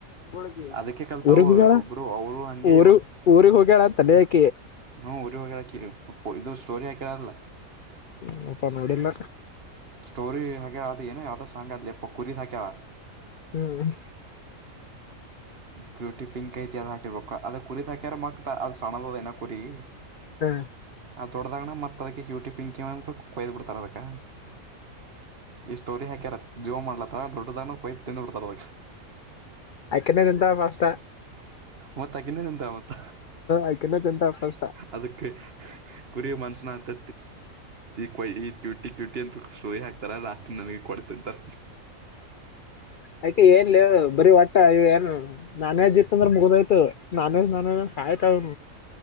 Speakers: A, on the left; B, on the right.
A: ಊಳ
B: ಅದಕ್ಕೆ ಕಲ್ತಾವ
A: ಊರಿಗೆ ಹೋಗಳ
B: ಒಬ್ರು ಅವರು ಹಂಗೆ
A: ಊರು ಊರಿಗೆ ಹೋಗಳ ಅಂತೇ ಲೀ ಹಾಕಿ
B: ಹ್ಮ ಊರಿಗೆ ಹೋಗ್ಯಾಳ ಹಾಕಿ ಇದು ಸ್ಟೋರಿ ಹಾಕಿರಲ್ಲ
A: ಹ ಅಪ ನೋಡಿಲ್ಲ
B: ಸ್ಟೋರಿ ಹಾಗ್ಯ ಅ ಏನ ಯಾವ್ದ್ ಸಾಂಗ ಅ್ಪ್ಪ ಕುರಿದ್ ಹಾಕ್ಯಲ್ಲ
A: ಹ್ಮ್
B: ಗ್ಯೂಟಿ ಪಿಂಕ್ ಐತಿ ಅದ್ ಹಾಕಿರ್ಬೇಕು ಅದ ಕುರಿ್ ಹಾಕ್ಯಾರ ಮಕ್ತ ಅದು ಸಣದ ನ ಕುರಿ
A: ಹ್ಮ
B: ಅ ದೊಡದಾಗಣ್ಣ ಮತ್ ಅದಕ್ಕೆ ಯೂಟಿ ಪಿಂಕಿ ಅ ಕೊಯ್ದ್ ಬಿಡ್ಾರ ಅದಕ್ಕ ಈ ಸ್ಟೋರಿ ಹಾಕ್ಯಾರ ಜೀವೋ ಮಾಡ್ಲತ್ತ ದೊಡ್ಡದಾನ ಕೊಯ್ದ ತಿಂದ್ ಬಿಡ್ತಾರ ಅದಕ್ಕೆ
A: ಆಯ್ಕನ ತಿಂತ್ಯಾಳ ಫಸ್ಟ
B: ಮತ್, ಆಕೆನ ತಿಂತಾಳ ಮತ್ತ
A: ಆಕೆನೇ ತಿಂತಾಳ ಫಾಸ್ಟ
B: ಅದಕ್ಕೆ ಕುರಿ ಮನ್ಷಸನ ಅಂತ ಕ್ಯೂಟಿ ಕ್ಯೂಟಿ ಅಂತ ಕೊಯ್ದು ಹಾಕ್ತಳಲ್ಲ ನನಗೆ ಕೂಡ ತಿಂತಾರ
A: ಆಯ್ಕ ಏನ್ ಬರಿೀ ಒಟ್ಟ ಇವು ಏನು ನಾನ್ ವೇಜ್ ಇತ್ತ ಅಂದ್ರೆ ಮುಗ್ದಾಯ್ತ ನಾನ್ ವಜ್ ನಾನ್ ವೆಜ್ ಅಂತ ಸಾಯ್ತಾಳ